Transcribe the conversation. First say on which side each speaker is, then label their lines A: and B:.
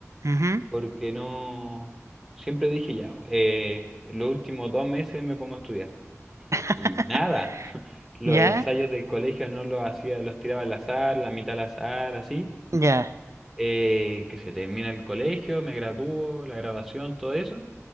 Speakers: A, on the right (about 65°); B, in the centre.
A: Ujú.
B: porque no... Siempre dije ya, eh, los últimos dos meses me pongo a estudiar.
A: <laughs>
B: Y nada, los
A: Ya,
B: ensayos del colegio no los hacía, los tiraba al azar, la mitad al azar, así.
A: ya.
B: Eh, que se termina el colegio, me gradúo, la graduación, todo eso.